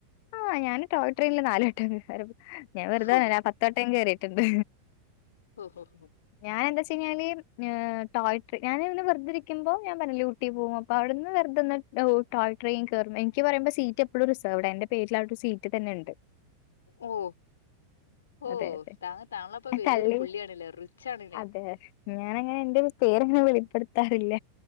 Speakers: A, on the left; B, on the left.
A: ഹാ ഞാന് ടോയ് ട്രയിനില് നാല് <unintelligible> ഞാൻ വെറുതർഞാ
B: ഹോ
A: ഞാൻ പത്ത് വട്ടം കേറീട്ടുണ്ട്
B: ഹോ ഹോ ഹോ
A: ഞാൻ എന്താ വെച്ചാഴ്ഞ്ഞാല് ടോയ് ഞാനവിന്നെ വെർതിരിക്കുമ്പൊ ഞാൻ പർഞ്ഞിലൂട്ടി പോവും അപ്പവിടുന്ന് വെർതൊന്ന് ടോയ് ട്രെയിൻ കേറും എൻക്ക് പറയുമ്പോ സീറ്റ് എപ്പോഴും റിസർവ്ടാ എന്റെ പേരിലവിടൊരു സീറ്റ് തന്നെ ഉണ്ട്
B: ഓ ഓ
A: അതെ, അതെ.
B: താങ്ക താങ്കളപ്പ
A: ഞാൻ
B: വല്യൊരു
A: തള്ളി
B: പുള്ളിയാണല്ലേ റിച്ച് ആണ്ല്ലേ
A: അതെ. ഞാനങ്ങനെ എന്റെ പേരങ്ങനെ വെളിപ്പെടുത്താറില്ല